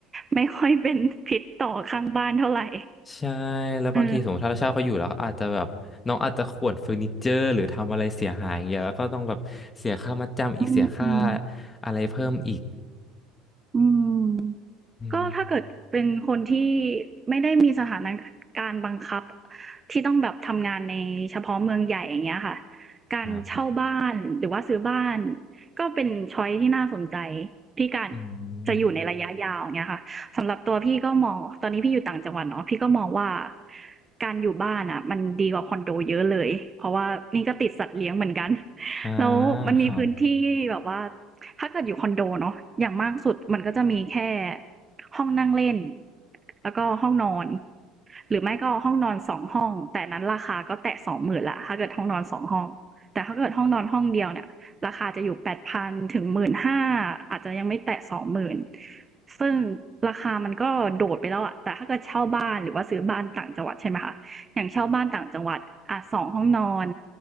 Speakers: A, on the right; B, on the left.
A: ไม่ค่อยเป็น <laughs> พิษต่อข้างบ้านเท่าไหร่
B: ใช่แล้วบางทีสมมติถ้าเราเช่าเขาอยู่แล้วอาจจะแบบน้องอาจจะข่วนเฟอร์นิเจอร์หรือทำอะไรเสียหายอย่างเงี้ยแล้วก็ต้องแบบเสียค่ามัดจำอีกเสียค่า
A: เอออืม
B: อะไรเพิ่มอีก
A: อืม
B: อืม
A: ก็ถ้าเกิดเป็นคนที่ไม่ได้มีสถานการณ์บังคับที่ต้องแบบทำงานในเฉพาะเมืองใหญ่อย่างเงี้ยค่ะการเช่าบ้านหรือว่าซื้อบ้าน
B: ครับ
A: ก็เป็นช้อยซ์ที่น่าสนใจที่การ
B: อืม
A: จะอยู่ในระยะยาวอย่างเงี้ยค่ะสำหรับตัวพี่ก็มองตอนนี้พี่อยู่ต่างจังหวัดเนาะพี่ก็มองว่าการอยู่บ้านน่ะมันดีกว่าคอนโดเยอะเลยเพราะว่านี่ก็ติดสัตว์เลี้ยงเหมือนกัน <laughs>
B: อ่า
A: แล้วมันมีพื้นที่แบบว่า
B: ครับ
A: ถ้าเกิดอยู่คอนโดเนาะอย่างมากสุดมันก็จะมีแค่ ห้องนั่งเล่นแล้วก็ห้องนอนหรือไม่ก็ห้องนอนสองห้องแต่นั้นราคาก็แตะสองหมื่นละถ้าเกิดห้องนอนสองห้องแต่ถ้าเกิดห้องนอนห้องเดียวเนี่ยราคาแปดพันถึงหมื่นห้าอาจจะยังไม่แตะสองหมื่นซึ่งราคามันก็โดดไปแล้วอะแต่ถ้าเกิดเช่าบ้านหรือว่าซื้อบ้านต่างจังหวัดใช่ไหมคะอย่างเช่าบ้านต่างจังหวัดอ่ะสองห้องนอน